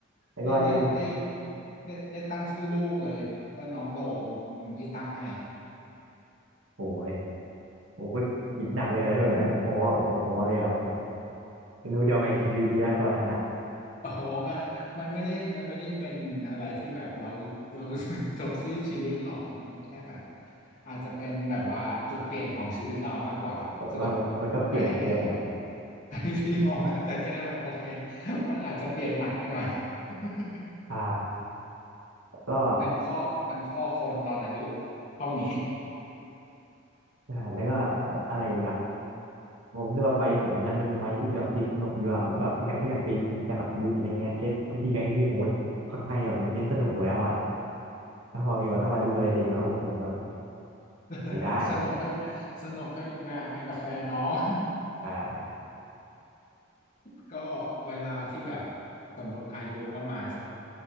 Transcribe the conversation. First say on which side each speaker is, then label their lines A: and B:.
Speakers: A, on the right (about 85°); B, on the left (about 40°).
A: แล้วก็อันเนี้ยผม
B: เนี่ยได้ได้ได้ได้ตั้งชื่อลูกเลยว่าน้องโดมอืมพี่ตั้งให้
A: โอ้ยผมก็กินหนักเลยอะถ้าแบบนั้นผมท้ออะโอ้ผมท้อเลยอะผม
B: <laughs>
A: ไม่รู้จะเอาไงชีวิตดีอะตอนนั้นอะ
B: อ๋อมันมันไม่ได้มันไม่ได้เป็นอะไรที่แบบเรา <laughs> เรา <laughs> จบสิ้นชีวิตหรอกมันก็แค่แบบอาจจะเป็นแบบว่าจุดเปลี่ยนของชีวิตเรามากกว่าสำหรับ
A: บอกว่ามันก็เปลี่ยนเกินอะ
B: ให้ให้ให้ให้พี่มองนะแต่แค่แบบโอเคมันอาจจะเปลี่ยนหนักไปหน่อย <laughs>
A: ใช่แล้วก็
B: เป็นข้อเป็นพ่อคนตอนอายุเท่านี้
A: ใช่แล้วก็อะอะไรอีกล่ะผมรู้สึกว่าวัยผมมันยังเป็นวัยที่แบบติดสนุกอยู่อะผมแบบยังไม่อยากไปจริงจังกับชีวิตอะไรเงี้ยแค่วิธีการที่ผมก็ค่อนข้างแบบเน้นสนุกแล้วอะแล้วพอมีว่าต้องมาดูอะไรเด็กแล้วผมแบบ
B: <laughs>
A: ไม่ได้
B: สนุกไปสนุกไปอีกแบบไปกับแฟนน้อง
A: ใช่
B: <laughs> ก็เวลาที่แบบสมมติอายุประมาณสัก